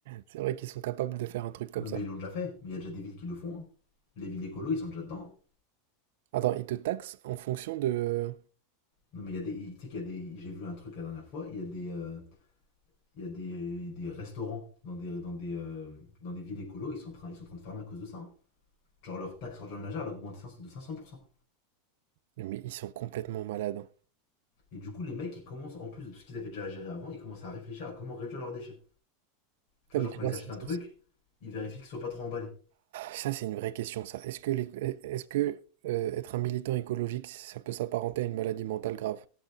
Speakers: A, on the right; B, on the left.
A: c'est vrai qu'ils sont capables de faire un truc comme
B: Non,
A: ça.
B: mais ils l'ont déjà fait. Mais il y a déjà des villes qui le font. hein. Les villes écolo, ils sont déjà dedans.
A: Attends, ils te taxent en fonction de...
B: Non, mais il y a des. Tu sais qu'il y a des. J'ai vu un truc la dernière fois. Il y a des. euh, il y a des, des restaurants dans des, dans des, euh, dans des villes écolo. Ils sont, en train- ils sont en train de fermer à cause de ça. hein. Genre leur taxe sur le ménagère, elle a augmenté 500 de 500%.
A: Mais ils sont complètement malades. hein.
B: Et du coup, les mecs, ils commencent, en plus de tout ce qu'ils avaient déjà à gérer avant, ils commencent à réfléchir à comment réduire leurs déchets. Tu
A: Ah,
B: vois,
A: mais
B: genre
A: tu
B: quand
A: vois,
B: ils
A: c'est-
B: achètent un
A: c'est-
B: truc,
A: c'est-
B: ils vérifient qu'il soit pas trop emballé.
A: ça, c'est une vraie question, ça. Est-ce que, les- est-ce que euh, être un militant écologique, ça peut s'apparenter à une maladie mentale grave?